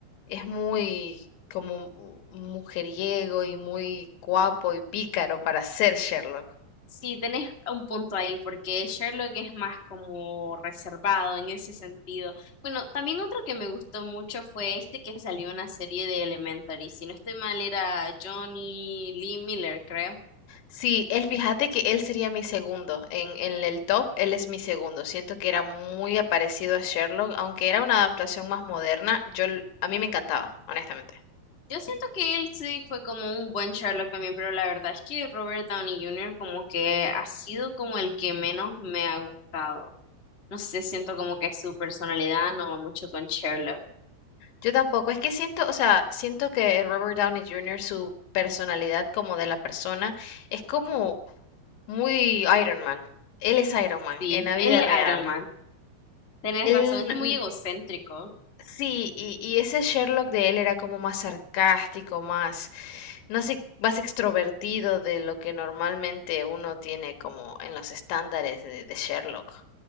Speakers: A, on the left (about 80°); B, on the left (about 35°).
A: es muy como mu- mujeriego y muy guapo y pícaro para ser Sherlock.
B: Sí, tenés un punto ahí, porque Sherlock es más como reservado en ese sentido. Bueno, también otro que me gustó mucho fue este que salió en la serie de Elementary. Si no estoy mal, era Johnny Lee Miller, creo.
A: Sí, él, fíjate que él sería mi segundo. En, en el top, él es mi segundo. Siento que era muy parecido a Sherlock, aunque era una adaptación más moderna. Yo, l- a mí me encantaba, honestamente.
B: Yo siento que él sí fue como un buen Sherlock también, pero la verdad es que Robert Downey Jr. como que ha sido como el que menos me ha gustado. No sé, siento como que su personalidad no va mucho con Sherlock.
A: Yo tampoco. Es que siento, o sea, siento que Robert Downey Jr., su personalidad como de la persona, es como muy Iron Man. Él es Iron Man
B: Sí,
A: en la
B: él
A: vida
B: es
A: real.
B: Iron Man. Tenés
A: Él,
B: razón, es que muy egocéntrico.
A: Sí, y, y ese Sherlock de él era como más sarcástico, más, no sé, más extrovertido de lo que normalmente uno tiene como en los estándares de, de Sherlock.